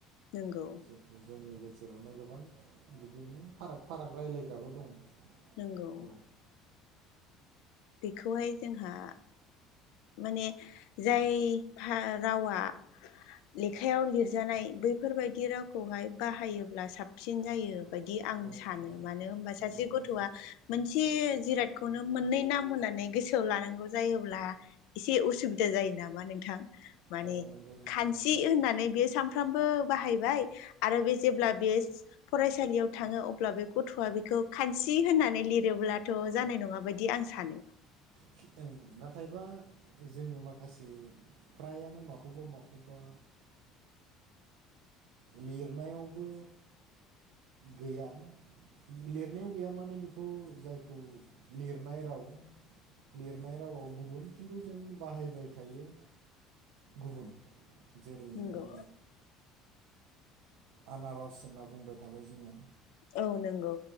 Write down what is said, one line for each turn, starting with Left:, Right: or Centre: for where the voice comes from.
Left: नंगौ
Right: जितु जोंनि गेजेरावनो गोबां बिदिनो फाराग फाराग रायज्लायग्राबो दङ।
Left: नंगौ,
Right: औ
Left: बेखौहाय जोंहा माने जाय रावा लेखायाव लिरजानाय बैफोरबाया। ददि रावखौहाय बाहायोब्ला साबसिन जायो बायदि आं
Right: औ
Left: सानो
Right: औ
Left: मानो होनबा सासे
Right: नंगौ
Left: गथ'आ
Right: नंगौ
Left: मोनसे जिरादखौनो मोननै नाम होननानै गोसोआव लानांगौ जायोब्ला एसे उसुबिदा जायो नामा नोंथां। माने
Right: अ नंगौ नङा
Left: खानसि
Right: थारैनो
Left: होननानै बेयो सानफ्रामबो बाहायबाय आरो बे जेब्ला बेयो फरायसालियाव थाङो अब्ला बे गथ'आ बेखौ खानसि होननानै लिरोब्लाथ' जानाय नङा बायदि बिदि आं सानो।
Right: खि- ओं नाथायबा जोङो माखासे फ्रायानो माखौबा माखौबा लिरनायावबो गैया लिरनायाव गैया माने बेखौ जायखौ लिरनाय राव लिरनाय रावाव गुबुन खिन्थु जों बाहायबाय थायो गुबुन जेरै नोङो
Left: नंगौ
Right: आनारस होनना बुंबाय थाबाय जोङो
Left: औ नंगौ